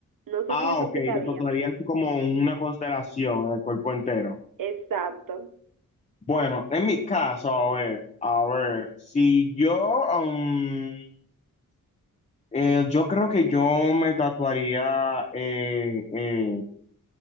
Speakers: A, on the right; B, on the left.
A: No sé
B: Ah,
A: si eso
B: ok,
A: aplicaría.
B: te tatuarías como una constelación en el cuerpo entero.
A: Exacto.
B: Bueno, en mi caso, a ver, a ver, si yo, um, eh, yo creo que yo me tatuaría eh, eh,